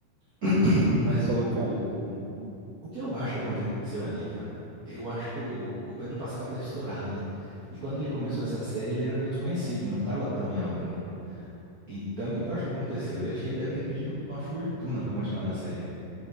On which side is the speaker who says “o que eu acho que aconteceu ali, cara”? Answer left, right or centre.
Right